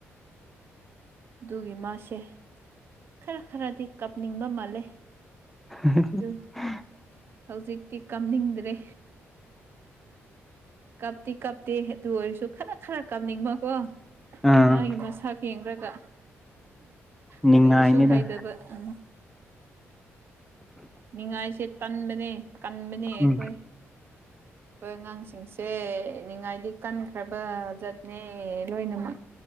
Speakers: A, on the right; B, in the centre.
A: ꯑꯗꯨꯒꯤ ꯃꯥꯁꯦ ꯈꯔ ꯈꯔꯗꯤ ꯀꯥꯞꯅꯤꯡꯕ ꯃꯥꯜꯂꯦ
B: <unintelligible>
A: ꯑꯗꯨ ꯍꯧꯖꯤꯛꯇꯤ ꯀꯥꯝꯅꯤꯡꯗ꯭ꯔꯦ ꯀꯞꯇꯤ ꯀꯞꯇꯦ ꯑꯗꯨ ꯑꯣꯏꯔꯁꯨ ꯈꯔ ꯈꯔ ꯀꯞꯅꯤꯡꯕꯀꯣ
B: ꯑꯥ
A: ꯃꯥꯒꯤ ꯃꯁꯛ ꯌꯦꯡꯈ꯭ꯔꯒ
B: ꯅꯤꯡꯉꯥꯏꯅꯤꯗ
A: ꯀꯔꯤꯁꯨ ꯍꯥꯏꯗꯕ ꯎ ꯅꯤꯡꯉꯥꯏꯁꯦ ꯇꯟꯕꯅꯦ ꯀꯟꯕꯅꯦ ꯑꯩꯈꯣꯏ
B: ꯎꯝ
A: <unintelligible> ꯑꯩꯈꯣꯏ ꯑꯉꯥꯡꯁꯤꯡꯁꯦ ꯅꯤꯡꯉꯥꯏꯗꯤ ꯀꯟꯈ꯭ꯔꯕ ꯖꯠꯅꯦ ꯂꯣꯏꯅꯃꯛ